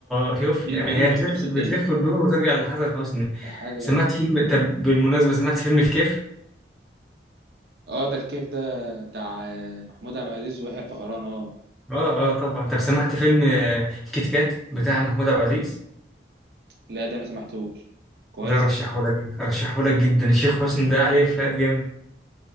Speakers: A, in the centre; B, on the right.
A: اه شوف
B: بال-
A: يعني
B: بيلف
A: هي هتلف
B: في نفس الدايره
A: بتلف وتدور وترجع لحسن حسني
B: ده حاجه
A: سمعت فيلم طب بالمناسبة سمعت فيلم الكيف
B: اه ده الكيف ده بتاع آه، محمود عبد العزيز ويحيى الفخراني اه
A: اه اه طبعا طب سمعت فيلم آه، الكيت كات بتاع محمود عبد العزيز
B: لا ده ما سمحتوش كويس
A: ده رشحه لك جدا رشحه لك جدا الشيخ حسني ده عليه افيهات جامدة